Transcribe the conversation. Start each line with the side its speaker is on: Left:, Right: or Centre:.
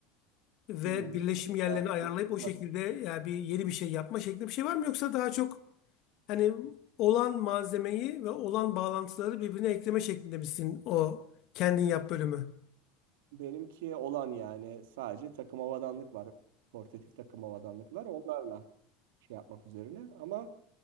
Left: ve
Right: hmm,
Left: birleşim yerlerini
Right: ya,
Left: ayarlayıp
Right: teçhizat.
Left: o şekilde yani bir yeni bir şey yapma şeklinde bir şey var mı? Yoksa daha çok hani olan malzemeyi ve olan bağlantıları birbirine ekleme şeklinde misin o kendin yap bölümü?
Right: benimki olan yani sadece takım havadanlık var. Portatif takım havadanlıklar onlarla şey yapmak üzerine. Ama